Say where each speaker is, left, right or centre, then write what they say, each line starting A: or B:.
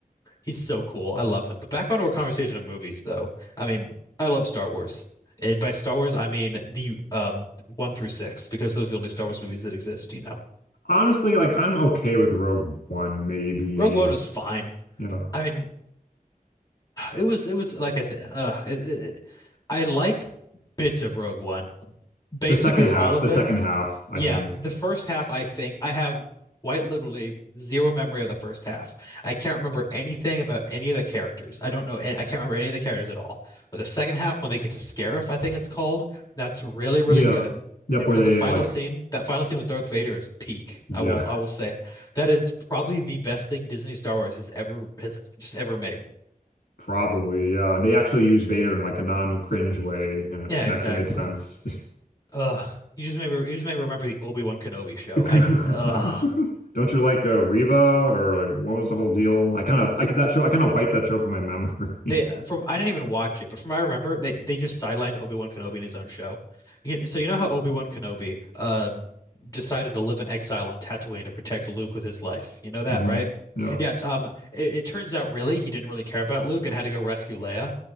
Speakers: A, on the left; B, on the left.
A: He's so cool. I love him. But back onto our conversation of movies, though. I mean, I love Star Wars, and by Star Wars I mean the um one through six because those are the only Star Wars movies that exist. You know,
B: <laughs> Honestly, like I'm okay with Rogue One, maybe.
A: Rogue One was fine.
B: Yeah.
A: I mean, it was it was like I said, uh, it, it, I like bits of Rogue One. Basically
B: The second half,
A: all of
B: the
A: it.
B: second half, I
A: Yeah,
B: think.
A: the first half I think I have quite literally zero memory of the first half. I can't remember anything about any of the characters. I don't know an- I can't remember any of the characters at all. But the second half when they get to Scarif, I think it's called, that's really really
B: Yeah.
A: good.
B: Yep,
A: And
B: where
A: then
B: they
A: the final
B: like
A: scene, that final scene with Darth Vader is peak.
B: yeah,
A: I will I will say it. That is probably the best thing Disney Star Wars has ever has just ever made.
B: <laughs> probably, yeah. And They actually used Vader in like a non-cringe way and it
A: Yeah, exactly.
B: actually made sense.
A: Ugh. You just maybe you just maybe remember the Obi-Wan Kenobi
B: <laughs>
A: show.
B: Don't
A: I hate ugh.
B: you like uh, Reva or like what was the whole deal? I kind of I
A: They,
B: could that show I kind of wiped that show from my memory.
A: they uh, from I didn't even watch it, but from what I remember, they they just sidelined Obi-Wan Kenobi in his own show. You- So you know how Obi-Wan Kenobi um decided to live in exile on Tatooine to protect Luke with his life. You know that,
B: <laughs> hmm
A: right?
B: Yeah.
A: Yeah, um it, it turns out really he didn't really care about Luke and had to go rescue Leia